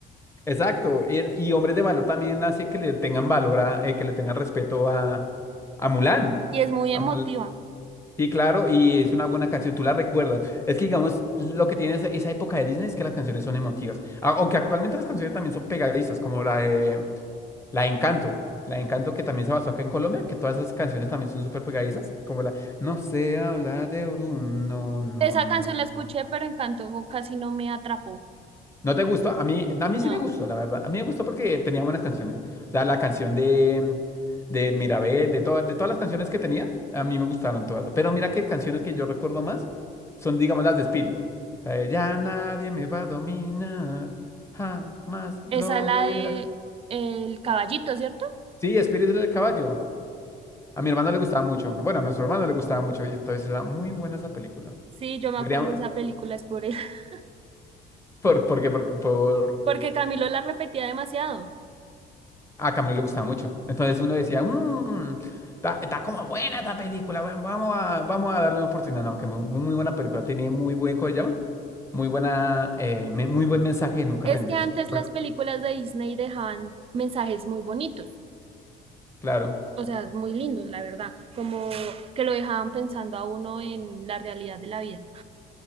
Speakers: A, on the left; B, on the right.
A: Exacto. es- Y Hombres de Valor también hace que le tengan valor a, eh, que le tengan respeto a, a Mulan.
B: y es muy emotiva.
A: A Mul- Sí, claro, y es una buena canción, tú la recuerdas. Es que, digamos, lo que tiene esa, esa época de Disney es que las canciones son emotivas. A- Aunque actualmente las canciones también son pegadizas, como la de La de Encanto. La de Encanto que también se basó acá en Colombia, que todas esas canciones también son súper pegadizas, como la No sé hablar de Orun, no, no,
B: Esa canción
A: no.
B: la escuché, pero Encanto casi no me atrapó.
A: ¿No te gustó? A mí, a mí
B: No,
A: sí me gustó, la verdad. A mí me gustó porque tenía buenas canciones. O sea, la canción de, de Mirabel, de, todas de todas las canciones que tenía, a mí me gustaron todas. Pero mira que canciones que yo recuerdo más son, digamos, las de Spirit. La de, ya nadie me va a dominar, jamás lo
B: esa es la
A: verás.
B: de El Caballito, ¿cierto?
A: Sí, Spirit es el del caballo. A mi hermano le gustaba mucho. Bueno, a nuestro hermano le gustaba mucho. Y entonces era muy buena esa película.
B: Sí, yo me
A: Deberíamos.
B: acuerdo de esa película, es por él, <laughs>
A: ¿Por, por Porque por.
B: porque Camilo la repetía demasiado.
A: A Camilo le gustaba mucho. Entonces uno decía, mmm, está, está como buena esta película. va- Vamos a, vamos a darle una oportunidad. No, que muy, muy buena película. Tenía muy buen, ¿cómo se llama? Muy buena, eh, me- muy buen mensaje de nunca
B: Es
A: rendirse.
B: que antes
A: Porque,
B: las películas de Disney dejaban mensajes muy bonitos.
A: claro,
B: o sea, muy lindos, la verdad, como que lo dejaban pensando a uno en la realidad de la vida.